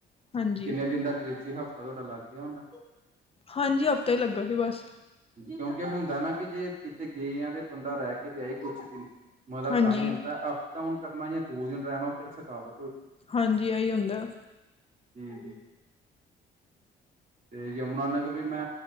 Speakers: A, on the left; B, on the right.
A: ਹਾਂਜੀ
B: ਕਿੰਨੇ ਦਿਨ ਦਾ ਟ੍ਰਿਪ ਸੀ ਹਫ਼ਤਾ ਤੁਹਾਡਾ ਲੱਗ ਗਿਆ ਹੋਣਾ।
A: ਹਾਂਜੀ ਹਫ਼ਤਾ ਈ ਲੱਗਾ ਸੀ ਬਸ।
B: ਕਿਉਂਕਿ ਹੁੰਦਾ ਐ ਨਾ ਕਿ ਜੇ, ਕਿਤੇ ਗਏ ਆ ਤੇ ਬੰਦਾ ਰਹਿ ਕੇ ਤੇ ਆਏ ਕੁਛ ਦਿਨ। ਮਜ਼ਾ
A: ਹਾਂਜੀ
B: ਤਾਂ ਈ ਆਂਦਾ ਅਪ ਡਾਊਨ ਕਰਨਾ ਜਾਂ ਦੋ ਦਿਨ ਰਹਿਣਾ ਫਿਰ ਥਕਾਵਟ ਹੋ
A: ਹਾਂਜੀ, ਏਹੀ ਹੁੰਦਾ।
B: ਹੂੰ-ਹੂੰ। ਤੇ ਯਮੁਨਾ ਨਗਰ ਵੀ ਮੈਂ